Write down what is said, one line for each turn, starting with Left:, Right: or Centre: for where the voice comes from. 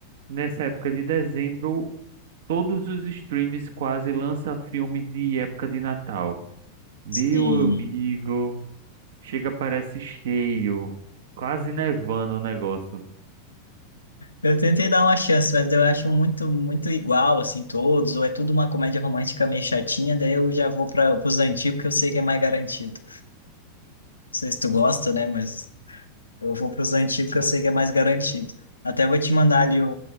Right: nessa época de dezembro, todos os streams quase lançam filme de época de Natal. Meu
Left: sim.
Right: amigo, chega parece cheio, quase nevando o negócio.
Left: Eu tentei dar uma chance, mas eu acho muito, muito igual, assim, todos, ou é tudo uma comédia romântica meio chatinha, daí eu já vou para os antigos que eu sei que é mais garantido. sei se tu gosta, né? Mas eu vou para os antigos que eu sei que é mais garantido. Até vou te mandar ali o,